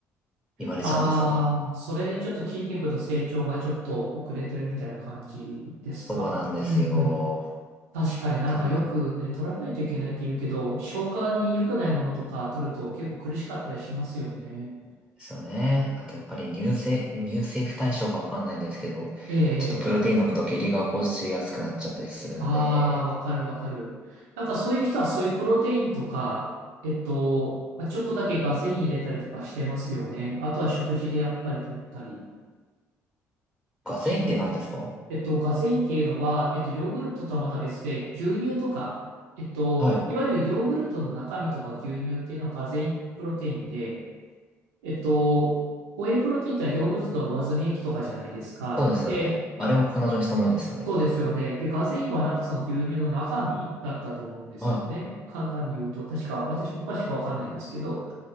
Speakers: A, in the centre; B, on the right (about 75°).
A: 言われちゃうんですよね。
B: ああ、それでちょっと筋肉の成長がちょっと遅れてるみたいな感じですかうん
A: そうなんですよ。
B: 確かになんかよくね、
A: タンパク
B: 取らないといけないって言うけど、消化に良くないものとか取ると結構苦しかったりしますよね。
A: 質ですよね。あとやっぱり乳製、乳製不対症かわかんないんですけど、
B: ええ、ええ。
A: ちょっとプロテイン飲むと下痢が起こしやすくなっちゃったりするんで、
B: ああ、わかるわかる。なんかそういう人はそういうプロテインとか、えっと、まあちょっとだけガゼイン入れたりとかしてますよね。あとは食事でやっぱり取ったり。
A: ガゼインって何ですか
B: そうです。えっと、ガゼインっていうのは、えっと、ヨーグルトとはまた別で、牛乳とか、えっと、
A: はい。
B: いわゆるヨーグルトの中身とか牛乳っていうのはガゼインプロテインで、えっと、ホエイプロテインってのはヨーグルトの上澄み液とかじゃないですか。
A: あそうですよね。
B: で、
A: あれを粉状にしたものですよね。
B: そうですよね。で、ガゼインはなんかその牛乳の中身だったと思うんですよね。
A: はい。
B: 簡単に言うと、確か、私も詳しくわかんないんですけど、